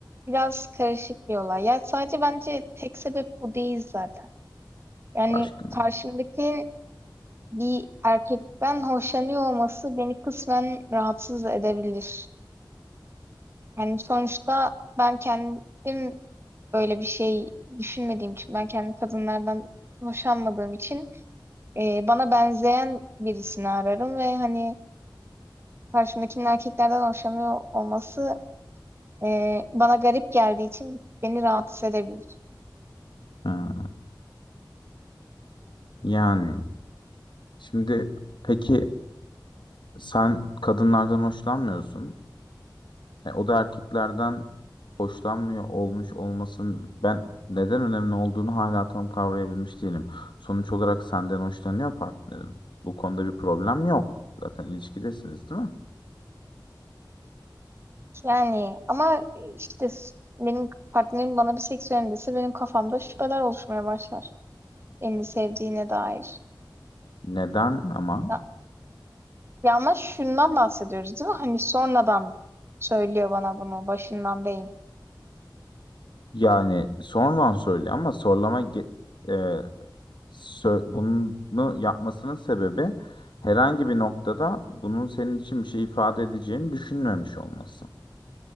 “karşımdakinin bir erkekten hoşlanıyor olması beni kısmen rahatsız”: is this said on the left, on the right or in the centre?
Right